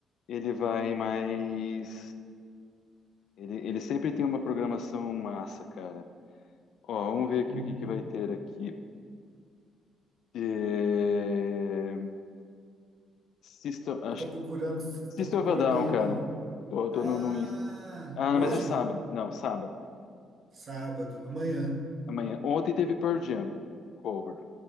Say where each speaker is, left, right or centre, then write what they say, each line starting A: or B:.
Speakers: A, on the left; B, on the right.
A: ele vai mais. Ele, ele sempre tem uma programação massa, cara. Ó, vamos ver aqui
B: Uhum.
A: o que, que vai ter aqui. É... System, acho...
B: Você tá
A: que-
B: procurando, você
A: System
B: tá procurando
A: of a Down,
B: aí
A: cara.
B: no.
A: Tô,
B: Ah,
A: tô no, no Insta. Ah,
B: hoje?
A: mas é sábado. Não, sábado.
B: Sábado, amanhã.
A: Amanhã. Ontem teve Pearl Jam cover.